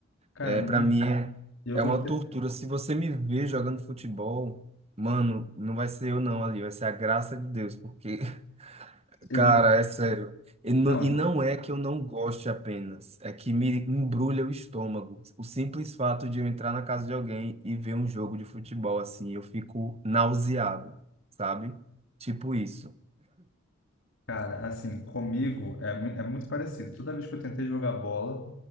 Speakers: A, on the left (about 85°); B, on the right (about 30°).
A: cara,
B: É, para
A: não-
B: mim é,
A: eu
B: é
A: gostei,
B: uma tortura. Se você me ver jogando futebol, mano, não vai ser eu não ali, vai ser a graça de Deus, porque, <laughs>
A: exato,
B: cara, é sério. E não,
A: não,
B: e não é que eu não goste apenas, é que me embrulha o estômago. O simples fato de eu entrar na casa de alguém e ver um jogo de futebol assim, eu fico nauseado, sabe? Tipo isso.
A: Cara, assim, comigo é, mui- é muito parecido. Toda vez que eu tentei jogar bola,